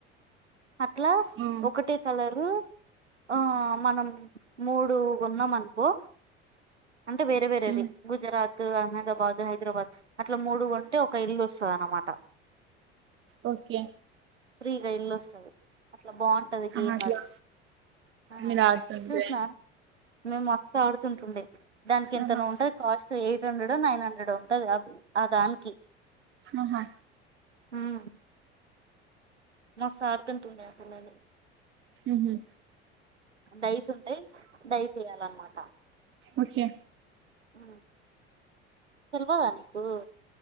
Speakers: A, on the right; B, on the right.
A: అట్లా
B: ఆ
A: ఒకటే కలర్ రు ఆ మనం మూడు కొన్నాం అనుకో అంటే వేరే వేరేవి
B: ఉమ్
A: గుజరాత్ త్ అహ్మదాబాద్ హైదరాబాద్ అట్లా మూడు కొంటే ఒక ఇల్లు వస్తది అనమాట
B: ఓకే
A: ఫ్రీగా ఇల్లొస్తది ట్లా బావుంటాది గేమ్
B: ఆహా అట్లా
A: అది ఆ
B: మీరు ఆడుతుంటే
A: చూసినాం మేము మస్తు ఆడుతుంటుండే దానికి ఎంతనో
B: ఆహా
A: ఉంటది కాస్ట్ ఎయిట్ హండ్రెడో నైన్ హన్ ఈడొత్తది గాకు ఆ దానికి
B: ఆహా
A: ఊమ్ మా సార్ తింటుండే అసలది
B: ఊహూ
A: డైస్ ఉంటాయి డైస్ ఎయ్యాలన్నమాట
B: ఓకే
A: ఆ తెల్వదా నీకు ఓ